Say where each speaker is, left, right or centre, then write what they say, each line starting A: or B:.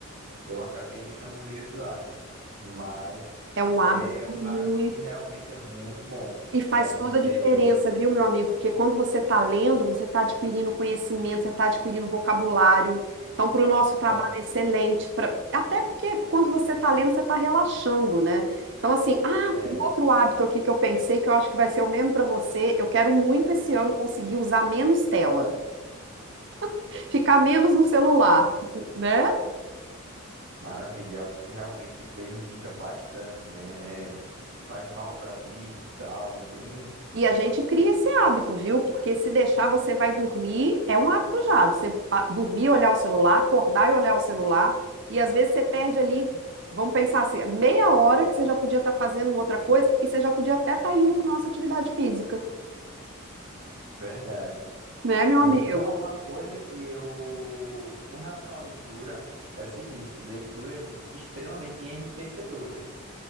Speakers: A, on the right (about 75°); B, on the right (about 55°).
A: Eu acabei deixando um meio de lado. Mas
B: É um hábito
A: é um
B: muito.
A: hábito que realmente é muito bom.
B: E faz
A: É você.
B: toda a diferença, viu, meu amigo? Porque quando você está lendo, você está adquirindo conhecimento, você está adquirindo vocabulário. Então, para o nosso trabalho
A: É,
B: é excelente. pra- Até porque quando você está lendo, você está relaxando, né? Então, assim, ah,
A: é.
B: um outro hábito aqui que eu pensei, que eu acho que vai ser o mesmo para você. Eu quero muito esse ano conseguir usar menos tela, <laughs> ficar menos no celular,
A: Maravilha.
B: tipo, né?
A: Maravilha. É algo que realmente prejudica bastante, né? É, faz mal para a vista e tal. É bem
B: E a gente cria esse hábito, viu? Porque se deixar, você vai dormir, é um hábito já. Você ah, dormir, e olhar o celular, acordar e olhar o celular. E às vezes você perde ali, vamos pensar assim, meia hora que você já podia estar fazendo outra coisa e você já podia até estar indo para nossa atividade física,
A: verdade.
B: né, meu
A: Um-
B: amigo?
A: Uma, uma coisa que eu, com relação à leitura, é o seguinte, leitura é extremamente enriquecedor, né?